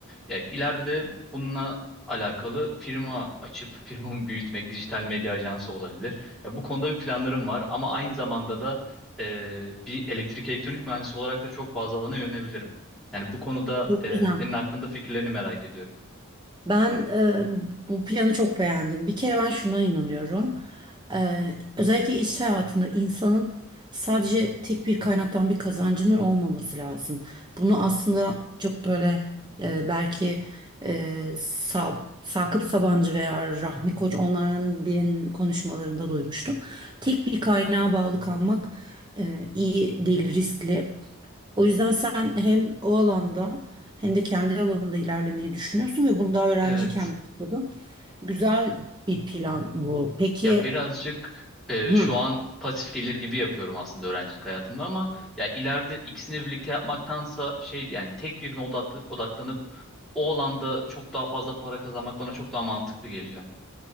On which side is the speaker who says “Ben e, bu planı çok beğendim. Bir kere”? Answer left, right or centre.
Right